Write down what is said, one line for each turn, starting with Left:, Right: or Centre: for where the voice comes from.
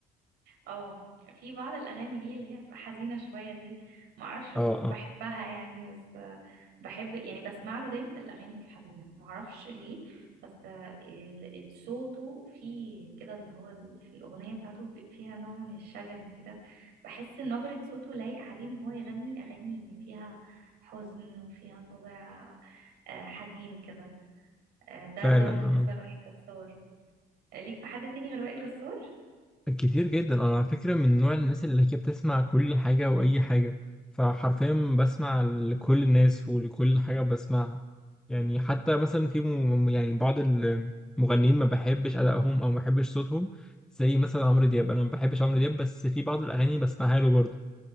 Right: اه في بعض الاغاني ليه اللي هي بتبقى حزينه شويه دي معرفش
Centre: اه
Right: بحبها
Centre: اه
Right: يعني بس آه، بحب يعني بسمع له دايما الاغاني الحزينه معرفش ليه بس آه، ال- ال- صوته فيه كده اللي هو ال- في الاغنيه بتاعته بيبقى فيها نوع من الشجن كده بحس إن نبره صوته لايق عليه ان هو يغني اغاني فيها حزن وفيها طابع آه، حزين كده آه، ده
Centre: فعلا
Right: اللي هو بالنسبه
Centre: اه
Right: لوائل جسار آه، ليك في حد تاني غير وائل جسار
Centre: كتير جدا انا على فكره من نوع الناس اللي هي بتسمع كل حاجه واي حاجه فحرفيا بسمع لكل الناس ولكل حاجه بسمعها يعني حتى مثلا في م... يعني بعض المغنيين ما بحبش أدائهم أو ما بحبش صوتهم زي مثلا عمرو دياب أنا ما بحبش عمرو دياب بس في بعض الأغاني بسمعها له برضه